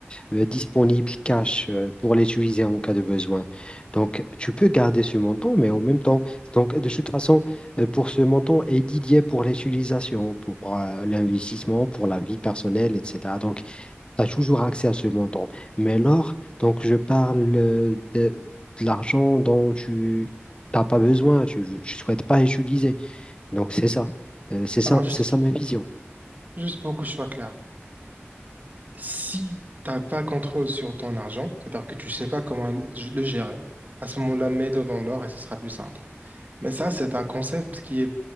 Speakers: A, on the left; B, on the right.
A: euh, euh, disponible cash euh, pour l'utiliser en cas de besoin. Donc, tu peux garder ce montant, mais en même temps, donc de toute façon, euh, pour ce montant est dédié pour l'utilisation, pour euh, l'investissement, pour la vie personnelle, etc. Donc, tu as toujours accès à ce montant. Mais l'or, donc je parle euh, de, de l'argent dont tu n'as pas besoin, tu ne souhaites pas utiliser. Donc c'est ça. Euh, c'est ça,
B: Alors, juste,
A: c'est ça ma vision.
B: juste pour que je sois clair. Si tu n'as pas contrôle sur ton argent, c'est-à-dire que tu ne sais pas comment le le gérer, à ce moment-là, mets-le dans l'or et ce sera plus simple. Mais ça, c'est un concept qui est,